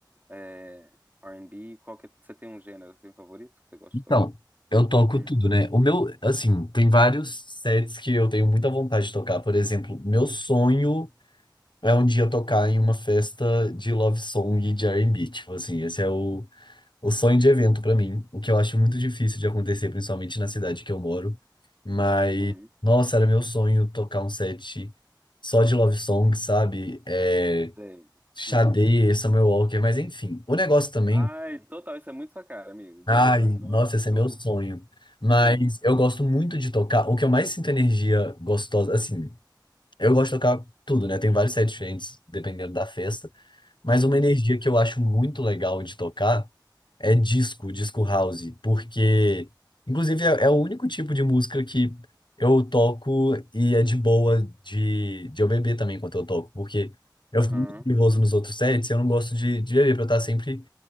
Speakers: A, on the right; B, on the left.
A: é, R&B? Qual que é, você tem um gênero assim favorito que você gosta
B: Então,
A: de tocar?
B: eu toco
A: Hum,
B: tudo, né? O meu, assim, tem vários sets que eu tenho muita vontade de tocar. Por exemplo, meu sonho é um dia tocar em uma festa de love song de R&B. Tipo assim, esse é o, o sonho de evento pra mim. O que eu acho muito difícil de acontecer, principalmente na cidade que eu moro. Mas,
A: uhum,
B: nossa, era meu sonho tocar um set só de love song, sabe? É,
A: sei.
B: Sade,
A: Hum.
B: Summer Walker, mas enfim. O negócio também
A: Ai, total, isso é muito sua cara, amigo. Boa.
B: Ai,
A: Nossa,
B: nossa, esse é
A: eu-
B: meu sonho. Mas
A: sim.
B: eu gosto muito de tocar. O que eu mais sinto energia gostosa, assim, eu gosto de tocar tudo, né? Tem vários sete diferentes dependendo da festa. Mas uma
A: Uhum.
B: energia que eu acho muito legal de tocar é disco, disco house. Porque, inclusive, é, é o único tipo de música que eu toco e é de boa de, de eu beber também enquanto eu toco. Porque eu
A: Aham.
B: fico muito nervoso nos outros sets, e eu não gosto de, de beber pra eu estar sempre